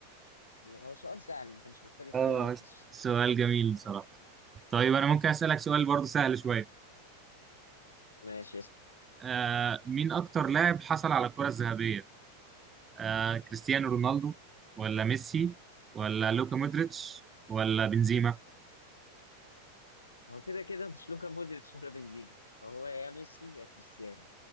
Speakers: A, on the left; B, on the right.
A: هو سؤال سهل ما كانش محتاج اختيارات
B: اه بس
A: أصلا
B: سؤال جميل بصراحة طيب انا ممكن اسألك سؤال
A: ماشي
B: برضه سهل شوية
A: ماشي
B: آه، مين اكتر لاعب حصل على الكرة الذهبية آه كريستيانو رونالدو ولا ميسي ولا لوكا مودريتش ولا بنزيما
A: هو كده كده مش لوكا مودريتش ولا بنزيما فهو يا ميسي يا كريستيانو